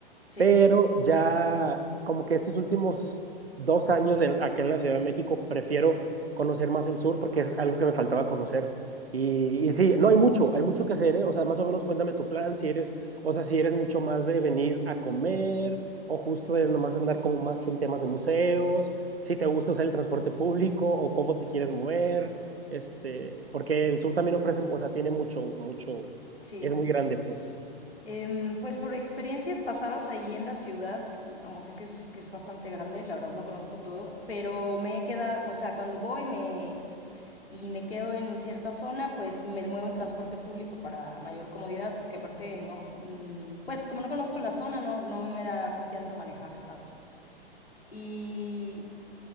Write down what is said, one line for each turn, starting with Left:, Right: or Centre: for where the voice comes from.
Left: Sí,
Right: pero ya como que estos últimos dos años en- acá en la Ciudad de México prefiero conocer más el sur porque es algo que me faltaba conocer. Y, y sí, no hay mucho, hay mucho que hacer, ¿eh? O sea, más o menos cuéntame tu plan, si eres, o sea, si eres mucho más de venir a comer o justo de nomás andar como más en temas de museos, si te gusta usar el transporte público o cómo te quieres mover, este, porque el sur también ofrece, o sea, tiene mucho, mucho,
Left: sí.
Right: es muy grande, pues.
Left: Em, pues por experiencias pasadas ahí en la ciudad, como sé que es, que es bastante grande, la verdad no conozco todo, pero me he quedado, o sea, cuando voy me, y me quedo en cierta zona, pues me muevo en transporte público para mayor comodidad, porque aparte no, mm, pues como no conozco la zona, no, no me da confianza manejar tanto. Y